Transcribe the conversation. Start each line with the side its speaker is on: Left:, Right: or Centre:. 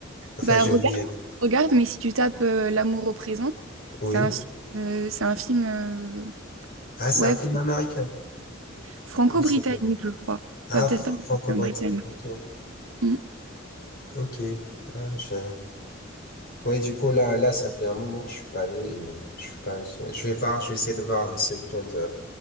Left: Enfin,
Right: Bah
Left: j'ai
Right: regarde,
Left: oublié.
Right: regarde, mais si tu tapes euh, L'amour au présent,
Left: Oui.
Right: c'est un, fi- euh, c'est un film euh,
Left: Ah, c'est
Right: ouais,
Left: un film américain.
Right: franco-britannique,
Left: Oui, c'est pas.
Right: je crois.
Left: Ah,
Right: Pas peut-être
Left: fr-
Right: pas
Left: franco-britannique.
Right: mais britannique.
Left: Ok.
Right: Mm.
Left: Ok. Ah, je... Ouais, du coup, là, là, ça fait un moment que je suis pas allé. et Je suis pas... Je vais voir, je vais essayer de voir euh, ce week-end euh,